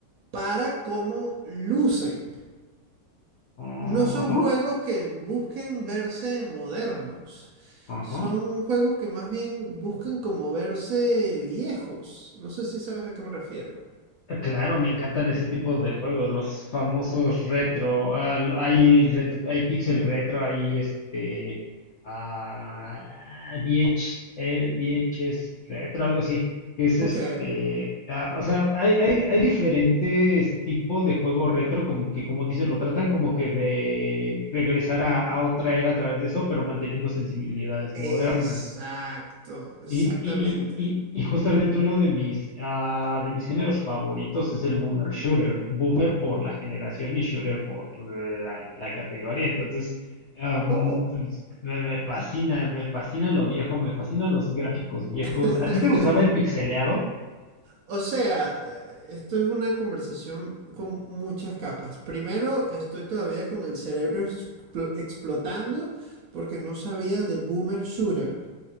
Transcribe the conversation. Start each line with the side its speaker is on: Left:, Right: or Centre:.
Right: para cómo lucen.
Left: Ajá,
Right: No son juegos que busquen verse modernos.
Left: ajá.
Right: Son juegos que más bien buscan como verse viejos. No sé si sabes a qué me refiero.
Left: Claro, me encantan ese tipo de juegos, los famosos retro. ah, l- hay retro, hay pixel retro, hay este ah, VH, eh, VHS retro, algo así, que es
Right: Ok.
Left: este, ah, o sea, hay, hay, hay diferentes tipos de juego retro, como que como dices, lo tratan como que de regresar a, a otra era a través de eso, pero manteniendo sensibilidades
Right: Exacto,
Left: modernas.
Right: exactamente.
Left: Y, y, y, y, y justamente uno de mis, ah, de mis géneros favoritos es el boomer shooter. Boomer por la generación y shooter por la, la categoría. Entonces, am,
Right: Oh.
Left: pues, me, me fascina, me fascina lo viejo, me fascinan los gráficos viejos.
Right: <laughs>
Left: ¿A ti te gustaba el pixeleado?
Right: O sea, eh, esto es una conversación con muchas capas. Primero, estoy todavía con el cerebro expl- explotando porque no sabía de Boomer Shooter.